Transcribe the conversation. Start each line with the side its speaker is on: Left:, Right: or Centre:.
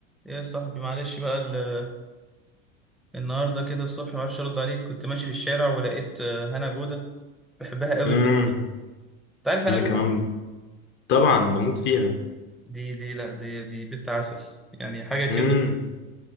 Centre: ايه يا صاحبي معلش بقى ال- النهارده كده الصبح ما اعرفش ارد عليك كنت ماشي في الشارع ولقيت آه، هنا جوده بحبها قوي
Left: امم
Centre: البت دي انت عارف هنا
Left: انا
Centre: جوده
Left: كمان طبعا بموت فيها
Centre: دي دي لا دي دي بنت عسل يعني حاجه كده
Left: امم